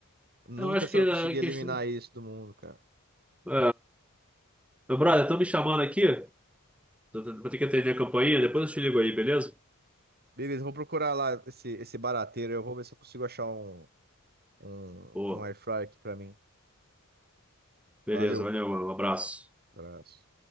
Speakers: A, on the right (about 45°); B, in the centre.
A: Nunca
B: Eu acho
A: você
B: que
A: vai
B: a
A: conseguir eliminar
B: questão.
A: isso do mundo, cara.
B: É. Meu brother, estão me chamando aqui. Eu eu- Vou ter que atender a campainha. Depois eu te ligo aí, beleza?
A: Beleza, eu vou procurar lá esse, esse barateiro. Eu vou ver se eu consigo achar um, um,
B: Pô,
A: um air fryer aqui pra mim.
B: beleza,
A: Valeu.
B: valeu, mano. Um abraço.
A: Abraço.